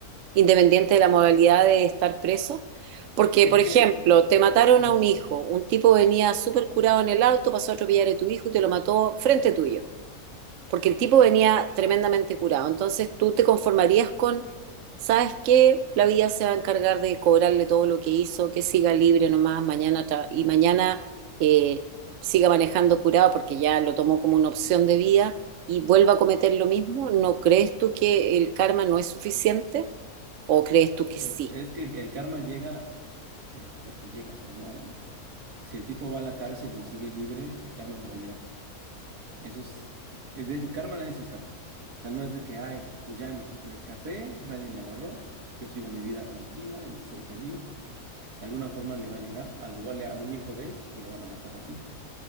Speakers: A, on the right (about 65°); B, on the right (about 85°).
A: independiente de la modalidad de estar presos. Porque,
B: es
A: por ejemplo,
B: que,
A: te mataron
B: ujú,
A: a un hijo, un tipo venía súper curado en el auto, pasó a atropellar a tu hijo y te lo mató frente tuyo porque el tipo venía tremendamente curado. Entonces tú te conformarías con, ¿sabes qué? La vida se va a encargar de cobrarle todo lo que hizo, que siga libre nomás mañana tra- y mañana eh, siga manejando curado porque ya lo tomó como una opción de vida y vuelva a cometer lo mismo. ¿No crees tú que el karma no es suficiente? ¿O crees tú que
B: eh,
A: sí?
B: es que el, el karma llega eh, porque llega, o sea, no, si el tipo va a la cárcel y lo sigue libre, el karma le va a llegar. Eso es, es de- el karma nadie se escapa. O sea, no es de que, ay, pues ya me escapé, nadie me agarró, yo sigo mi vida tranquila y soy feliz. De alguna forma le va a llegar, al igual a un hijo de él, y lo van a matar así.